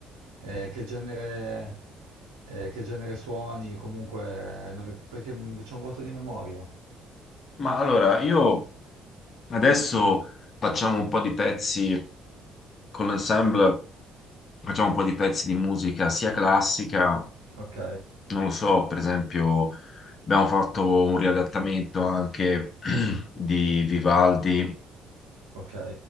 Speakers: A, on the right (about 70°); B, on the left (about 45°).
A: eh, che genere, eh, che genere suoni, comunque, no, perché mm, c'è un vuoto di memoria.
B: Ma allora, io adesso facciamo un po' di pezzi con l'ensemble, facciamo un po' di pezzi di musica sia classica,
A: Ok,
B: non lo so, per esempio abbiamo fatto un riadattamento anche <clears throat> di Vivaldi
A: ok.